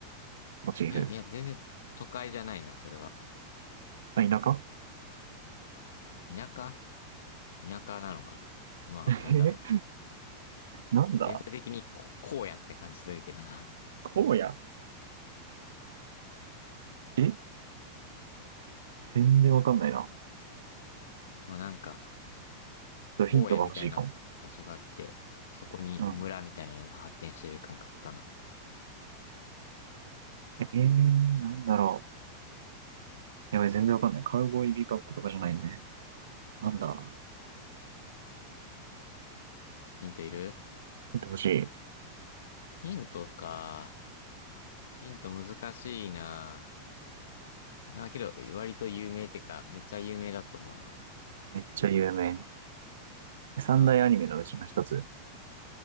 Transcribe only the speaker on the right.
モチーフ。
あ、田舎
<laughs> え
なんだ
荒野え全然わかんないな。ちょ
っとヒントが欲しいかも。
うん。えー、なんだろう。やばい、全然わかんない。カウボーイビバップとかじゃないよね。なんだ。
見てほしい。
めっちゃ有名。三大アニメのうちの一つ。